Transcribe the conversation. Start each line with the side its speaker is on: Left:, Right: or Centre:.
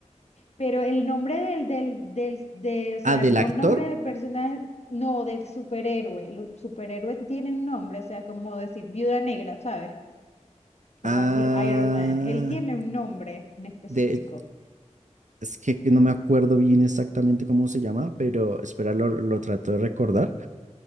Left: Pero el nombre del, del, del, de, o sea,
Right: Ah, del
Left: no
Right: actor,
Left: el nombre del personaje, no, del superhéroe. El superhéroe tiene un nombre, o sea, como decir viuda negra, ¿sabes? Como
Right: ah,
Left: decir Iron Man. Él tiene un nombre en específico.
Right: de, es que no me acuerdo bien exactamente cómo se llama, pero espera, lo, lo trato de recordar,